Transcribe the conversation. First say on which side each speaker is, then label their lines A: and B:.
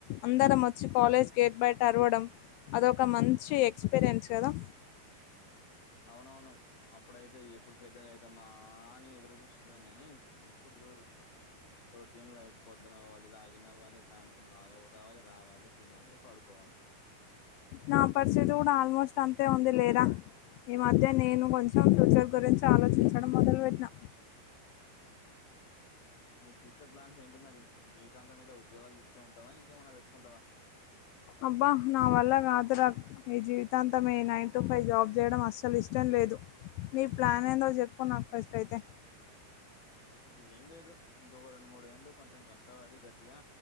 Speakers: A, on the left (about 85°); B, on the left (about 60°).
A: అందరం ఒచ్చి కాలేజ్ గేట్ బయట అరవడం అదొక మంచి ఎక్స్పీరియన్స్ గదా
B: అవునవును అప్పుడైతే ఎప్పుడు పెద్దగ అయితమా అని ఎదుర్ రుజూస్తున్నం గానీ ఇప్పుడు జూడు రొటీన్ లైఫ్ పొద్దున వోవాల్ లాగిన్ అవ్వాలే సాయంత్రం లాగౌట్ అవ్వాలే రావాలి తినాలి పడుకోవాలె
A: నా పరిస్థితి కూడా ఆల్మోస్ట్ అంతే ఉంది లేరా ఈ మధ్య నేను కొంచెం ఫ్యూచర్ గురించి ఆలోచించడం మొదలు వెట్టినా <inaudible>
B: నీ ఫ్యూచర్ ప్లాన్స్ ఏంటి మరి జీవితాంతం ఇలా ఉద్యోగాలు చేస్తే ఉంటావా ఇంకేమైనా వెట్టుకుంటవా
A: అబ్బా నా వల్ల గాదురా ఈ జీవితాంతం ఈ నైన్ టు ఫైవ్ జాబ్ జేయడం అస్సల్ ఇష్టం లేదు నీ ప్లాన్ ఏందో జెప్పు నాకు ఫస్ట్ అయితే
B: ఏం లేదు ఇంకొక రెండు మూడు ఏండ్లు కొంచెం కష్టపడి గట్టిగా